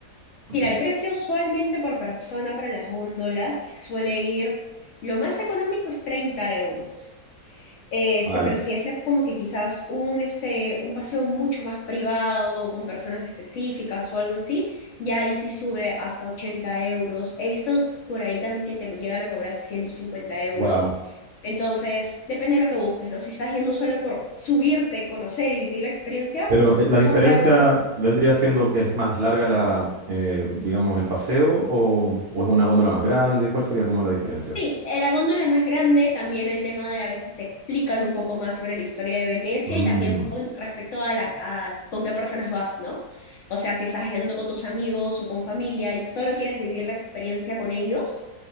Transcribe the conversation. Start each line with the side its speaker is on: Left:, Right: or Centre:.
Right: Itine-
Left: Mira, el precio usualmente por persona para las góndolas suele ir, lo más económico es 30 euros. eh, este,
Right: Vale,
Left: pero si deseas como que quizás un, este, un paseo mucho más privado, con personas específicas o algo así, ya ahí sí sube hasta 80 euros. He visto por ahí también que te llegan a cobrar ciento cincuenta euros.
Right: wow.
Left: Entonces, depende de lo que busques, ¿no? Si estás yendo solo por subirte, conocer y vivir la experiencia,
Right: Pero eh, la diferencia
Left: compra un,
Right: vendría siendo que es más larga la, eh, digamos, el paseo o, o es una góndola más grande. ¿Cuál sería como la diferencia?
Left: Sí, eh, la góndola es más grande, también el tema de a veces te explican un poco más sobre la historia de Venecia
Right: Mm,
Left: y también con respecto a, la, a con qué personas vas, ¿no? O
Right: Sí,
Left: sea, si estás yendo con tus amigos o con familia y solo quieres vivir la experiencia con ellos,